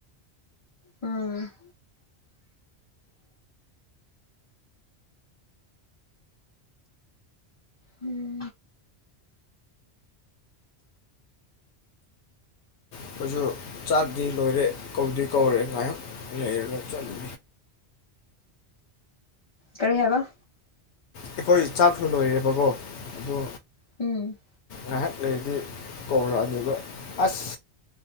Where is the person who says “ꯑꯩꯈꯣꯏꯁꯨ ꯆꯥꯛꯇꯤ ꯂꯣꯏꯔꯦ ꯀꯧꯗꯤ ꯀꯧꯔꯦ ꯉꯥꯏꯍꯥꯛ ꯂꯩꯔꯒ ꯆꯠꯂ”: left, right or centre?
Left